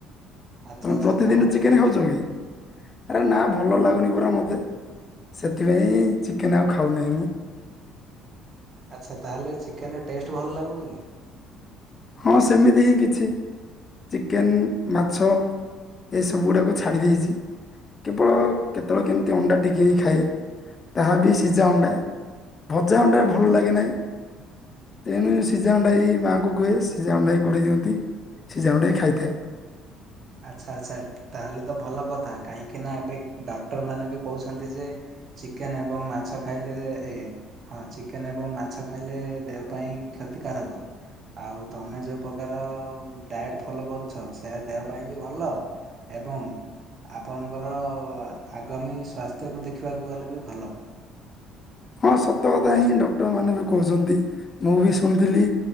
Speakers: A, on the right; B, on the left.
A: ଆଚ୍ଛା
B: ତମେ
A: ଆଚ୍ଛା
B: ପ୍ରତିଦିନ
A: କଣ ପାଇଁ
B: ଚିକେନ
A: ଖାଉନ?
B: ଖାଉଛ କି? ଆରେ ନା ଭଲ ଲାଗୁନି ପରା ମତେ। ସେଥିପାଇଁ ଚିକେନ ଆଉ ଖାଉନାହିଁ ମୁଁ।
A: ଆଚ୍ଛା ତାହେଲେ ଚିକେନ୍ ଟେଷ୍ଟ ଭଲ ଲାଗୁନି କି?
B: ହଁ ସେମିତି ହିଁ କିଛି। ଚିକେନ, ମାଛ ଏସବୁଗୁଡ଼ାକୁ ଛାଡ଼ି ଦେଇଛି। କେବଳ କେତେବେଳେ କେମିତି ଅଣ୍ଡା ଟିକି ହିଁ ଖାଏ। ତାହା ବି ସିଝା ଅଣ୍ଡା, ଭଜା ଅଣ୍ଡା ଭଲ ଲାଗେନାହିଁ। ତେଣୁ ସିଝା ଅଣ୍ଡା ଏଇ ମାଆଙ୍କୁ ଙ୍କୁ କୁହେ ସିଝା ଅଣ୍ଡାଇ କରି ଦିଅନ୍ତି। ସିଝା ଅଣ୍ଡାଇ ଖାଇଥାଏ।
A: ଆଚ୍ଛା ଆଚ୍ଛା ତାହେଲେ ତ ଭଲ କଥା କାହିଁକିନା ଏବେ ଡାକ୍ଟରମାନେ ବି କହୁଛନ୍ତି ଯେ ଚିକେନ ଏବଂ ମାଛ ଖାଇଲେ ଏ ହଁ ଚିକେନ ଏବଂ ମାଛ ଖାଇଲେ ଦେହ ପାଇଁ କ୍ଷତିକାରକ। ଆଉ ତମେ ଯୋଉ ପ୍ରକାର ଡାଏଟ୍ ଫଲୋ କରୁଛ ସେରା ଦେହ ହ ପାଇଁ ବି ଭଲ ଏବଂ ଆପଣଙ୍କର ଆଗାମୀ ସ୍ୱାସ୍ଥ୍ୟକୁ ଦେଖିବାକୁ ଗଲେ ବି ଭଲ।
B: ହଁ ସତ କଥା ହିଁ ଡକ୍ଟର ମାନେ ବି କହୁଛନ୍ତି। ମୁଁ ବି ଶୁଣିଥିଲି